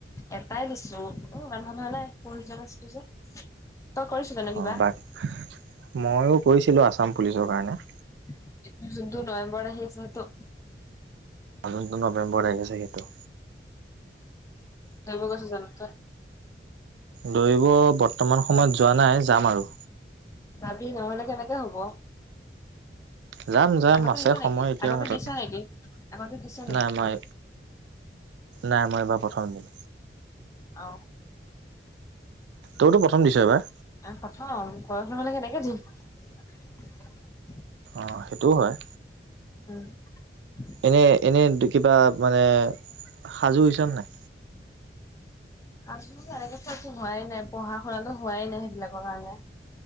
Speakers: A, on the left; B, on the right.
A: এটাই দিছো অ বন্ধা নহলোই পঢ় যোৱা চ পু যে তই কৰিছ জানো কিবা
B: অঁ বাক ময়ো কৈছিলোঁ আসাম পুলিচৰ কাৰণে
A: এ যোনটো নৱেম্বৰ আহি আছে হেতু
B: অন্তো নৱেম্বৰ আহে ছাগে ইতো
A: ধৰিব গৈছ জানো তই
B: দৈব বৰ্তমান সময়ত যোৱা নাই যাম আৰু
A: যাবি নহলে কেনেকে হ'ব।
B: যাম যাম
A: আগতে
B: আছে
A: দিছ
B: সময়
A: নেকি,
B: এতিয়াও
A: আগতে
B: হাতত।
A: দিছ নেকি, আগতে দিছ নেকি?
B: নাই মই নাই, মই এইবাৰ প্ৰথম দিম।
A: অ
B: তইও টো, প্ৰথম দিছ' এবাৰ?
A: এয়া প্ৰথম, কৰৰ নহ'লে সেনেকে দি।
B: অহ' সেইটোও হয়।
A: <unintelligible>
B: এনে, এনে কিবা মানে সাজু হৈছনে নাই?
A: আছোঁ তেনেকে চ হোৱাই নাই পঢ়া শুনা হোৱাই নাই সেইবিলাকৰ কাৰণে।